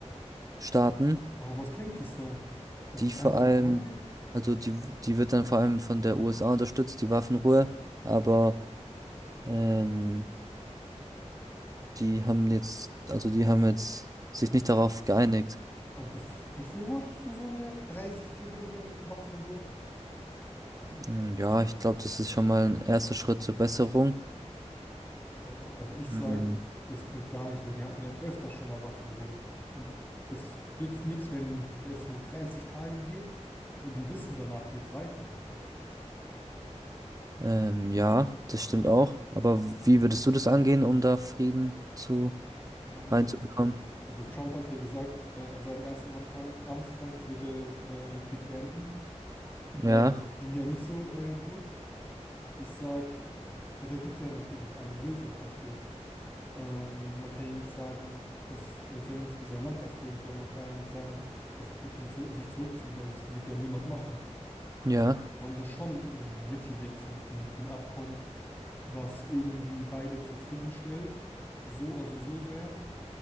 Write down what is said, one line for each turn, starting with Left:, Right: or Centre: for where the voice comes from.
Right: starten.
Left: Aber was bringt es denn? Also
Right: die
Left: 30
Right: vor allem,
Left: Tage?
Right: also die, die wird dann vor allem von der USA unterstützt, die Waffenruhe, aber ähm, die haben jetzt, also die haben jetzt sich nicht darauf geeinigt.
Left: Aber bef befürwortest du so eine 30-tägige Waffenruhe?
Right: Mm, Ja, ich glaube, das ist schon mal ein erster Schritt zur Besserung.
Left: Boah, also ich
Right: Ähm,
Left: sag, das bringt gar nichts, weil die hatten ja öfter schon mal Waffenruhe. Und das nützt nichts, wenn es nur 30 Tage geht und die wissen, danach geht's weiter.
Right: ähm, ja, das stimmt auch. Aber wie würdest du das angehen, um da Frieden zu
Left: Ähm,
Right: reinzubekommen?
Left: Also Trump hat ja gesagt, äh, an seinem ersten Amtag, Amtstag wird er äh, den Krieg beenden.
Right: Ja,
Left: Ähm, ging ja nicht so äh, gut. Ich sag, da gibt es ja natürlich nicht eine Lösung dafür. Ähm, man kann ja nicht sagen, dass äh, Zelensky sein Land aufgeben soll. Man kann ja nicht sagen, dass Putin zu sich zurückziehen soll. Das wird ja niemand machen.
Right: ja,
Left: Man muss schon einen Mittelweg finden, ein Abkommen, was irgendwie beide zufriedenstellt. So, also so sehr.